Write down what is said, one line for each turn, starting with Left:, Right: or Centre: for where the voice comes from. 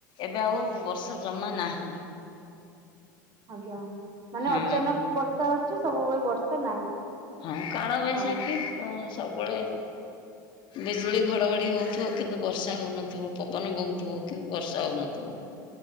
Left: ଏବେ ଆଉ ବର୍ଷା ଜମା ନାହିଁ।
Right: ଆଜ୍ଞା ମାନେ
Left: ହଁ
Right: ଅଚାନକ ବର୍ଷା ହଉଛି। ସବୁବେଳେ ବର୍ଷା ନାହିଁ।
Left: ହଁ କାଳବୈଶାଖୀ
Right: ହଁ
Left: ସବୁବେଳେ, ବିଜୁଳି ଘଡଘଡି ହଉଥିବ କିନ୍ତୁ ବର୍ଷା ହଉନଥିବ। ଥିବ ପବନ ବହୁଥିବ। କିନ୍ତୁ ବର୍ଷା ହଉନଥିବ।